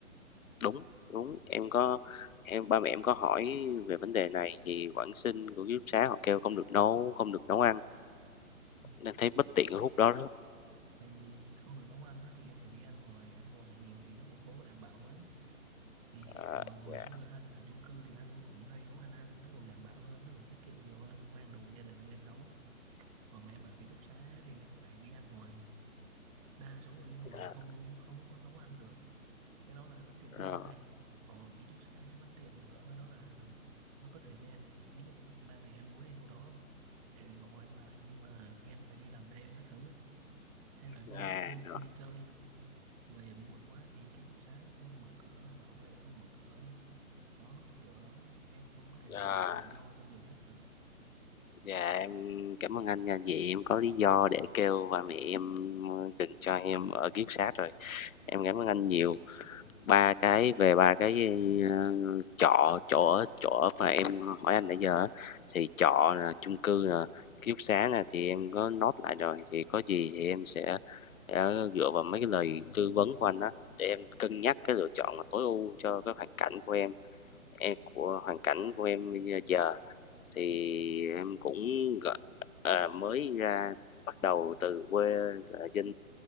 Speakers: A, on the left; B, on the right.
A: đúng, đúng, em có em ba mẹ em có hỏi về vấn đề này thì quản sinh của ký túc xá họ kêu không được nấu không được nấu ăn,
B: Ừ,
A: nên thấy bất tiện ở khúc đó đó.
B: thì không được nấu ăn á, thì em phải đi ăn ngoài ăn ngoài nhiều thì nó cũng không có đảm bảo mấy thì ở,
A: à
B: hồi hồi
A: dạ,
B: xưa anh ở chung cư thì anh cũng hay nấu ăn ăn nó cũng đảm bảo hơn nó cũng tiết kiệm nhiều hơn mang đồ gia đình lên nấu còn mà em ở ký túc xá thì em phải đi ăn ngoài đa số là đi ăn ngoài
A: dạ,
B: không không có nấu ăn được cái đó là cái bất tiện
A: rồi,
B: thứ hai còn ký túc xá bất tiện nữa đó là nó có thời gian ví dụ ba mẹ em muốn em vô đó để gọi em lại nhưng mà em phải đi làm thêm các thứ hay là đôi
A: dạ,
B: lúc em
A: rồi,
B: em đi chơi về muộn quá thì ký túc xá không mở cửa bảo vệ không mở cửa đó kiểu đó em không có thể
A: rồi.
B: nào mà tự do trong giờ giấc được
A: Dạ, em cảm ơn anh nha. Vậy em có lý do để kêu ba mẹ em, ờ, đừng cho em ở kiếp túc rồi. Em cảm ơn anh nhiều. Ba cái về ba cái, ơ, trọ chỗ ở chỗ ở mà em hỏi anh nãy giờ á, thì trọ là chung cư là ký túc xá nè thì em có nốt lại rồi, thì có gì thì em sẽ sẽ dựa vào mấy cái lời tư vấn của anh á, để em cân nhắc cái lựa chọn mà tối ưu cho cái hoàn cảnh của em, em của hoàn cảnh của em bây giờ. Thì em cũng, à, mới ra bắt đầu từ quê, ờ, dân